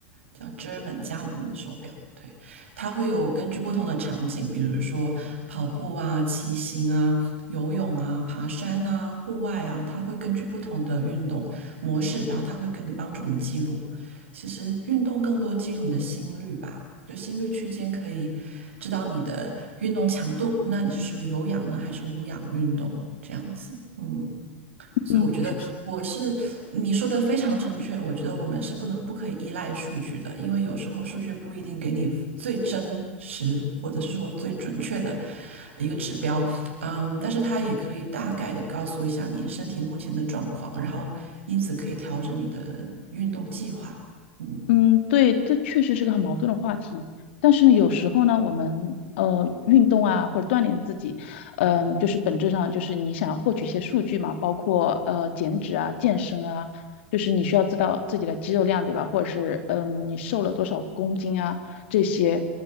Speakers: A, on the right; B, on the left.
A: 叫 German 家门的手表，对，它会有根据不同的场景，比如说跑步啊、骑行啊、游泳啊、爬山啊、户外啊，它会根据不同的运动模式，然后它会跟你帮助你记录。其实运动更多记录你的心率吧，就心率区间可以知道你的运动强度，那你是属于有氧呢还是无氧运动这样子？嗯。所以我觉得我是你说的非常正确，
B: 嗯，确实。
A: 我觉得我们是不能不可以依赖数据的，因为有时候数据不一定给你最真实或者是说最准确的一个指标，嗯，但是它也可以大概的告诉一下你身体目前的状况，然后因此可以调整你的运动计划，嗯。
B: 嗯，对，这确实是个很矛盾的话题。但是呢，有时候呢，我们呃运动啊，或者锻炼自己，嗯、就是本质上就是你想获取一些数据嘛，包括呃减脂啊、健身啊，就是你需要知道自己的肌肉量，对吧？或者是嗯、你瘦了多少公斤啊这些，